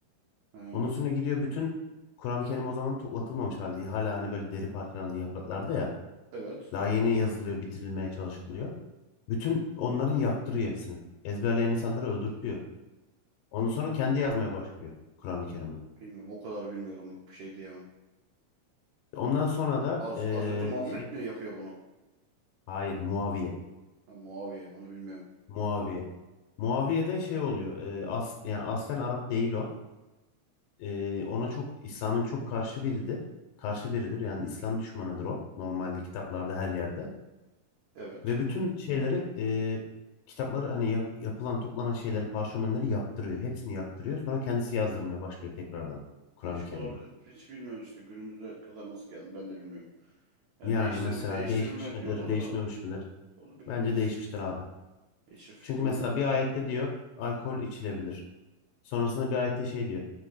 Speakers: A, on the right; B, on the left.
A: Ee,
B: Ondan sonra gidiyor bütün Kur'an-ı Kerim o zaman toplatılmamış halde. Hala hani böyle deri parçalandı yapraklarda ya.
A: evet.
B: Daha yeni yazılıyor, bitirilmeye çalışılıyor. Bütün onların yaktırıyor hepsini. Ezberleyen insanları öldürtüyor. Ondan sonra kendi yazmaya başlıyor Kur'an-ı Kerim'i.
A: Bilmiyorum. O kadar bilmiyorum. Bak, bir şey diyemem.
B: Ondan sonra da
A: Haz
B: eee,
A: Hazreti Muhammed
B: şey,
A: mi yapıyor bunu?
B: hayır Muaviye.
A: Ha, Muaviye. Onu bilmiyorum.
B: Muaviye. Muaviye de şey oluyor. eee, as, yani aslen Arap değil o. Eee, ona çok İslam'ın çok karşı biridir. Karşı biridir. Yani İslam düşmanıdır o. Normalde kitaplarda her yerde.
A: Evet.
B: Ve bütün şeyleri e, kitapları hani ya- yapılan toplanan şeyleri parşömenleri yaktırıyor. Hepsini yaktırıyor. Sonra kendisi yazdırmaya başlıyor tekrardan Kur'an-ı
A: Değişik
B: Kerim'i.
A: olabilir. Hiç bilmiyoruz işte. Günümüze kadar nasıl geldi ben de bilmiyorum. Yani
B: Yani
A: değiştiril
B: mesela
A: değiştirilme
B: değişmiş midir,
A: diyorlar
B: değişmemiş
A: da
B: midir?
A: onu bilemeyiz.
B: Bence değişmiştir abi.
A: Hiçbir fikrim
B: Çünkü mesela
A: yok.
B: bir ayette diyor alkol içilebilir. Sonrasında bir ayette şey diyor.